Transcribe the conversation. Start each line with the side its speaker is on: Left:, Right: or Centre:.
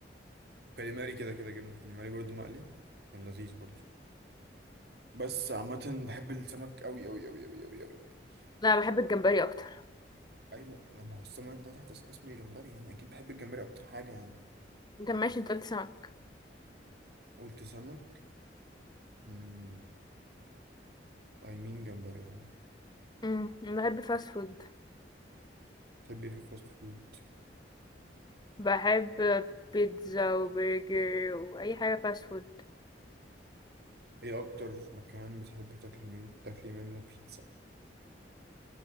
Right: كاليماري كده كده جبنه كاليماري برضو مقلي كان لذيذ برضو بس عامة بحب السمك أوي أوي أوي أوي أوي أوي يعني
Left: لا بحب الجمبري اكتر
Right: أيمن لما هو السمك ده تحت اسم الجمبري يعني أكيد بحب الجمبري أكتر حاجة يعني
Left: انت ماشي انت قلت سمك
Right: قلت سمك أمم أي مين جمبري يعني
Left: امم بحب فاست فود
Right: تحب إيه في الفاست فود
Left: بحب بيتزا وبرجر واي حاجه فاست فود
Right: إيه أكتر مكان بتحبي تاكلي مين تاكلي منه بيتزا